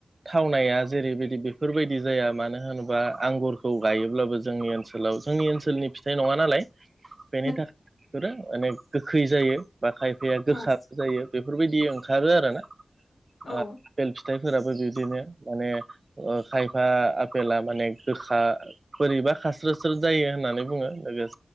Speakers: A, on the right; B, on the left.
A: थावनाया जेरैबायदि बेफोरबायदि जाया मानो होनोबा आंगुरखौ गायोब्लाबो जोंनि ओनसो ओनसोलाव जोंनि ओनसोलनिथाइ नङा नालाय
B: <inaudible>
A: बेनि थाखाय बि <unintelligible> मानेे गोखै जायो बा खायफायााया गोखा
B: औ
A: जायो। बेफोरबिदि ओंखारो आरोना
B: औ
A: ओ फोराबो बिदिनो माने खायफा आफेला माने गोखा बोरैबा खास्रोस्रो जायो होननानै बुङो लोगोसे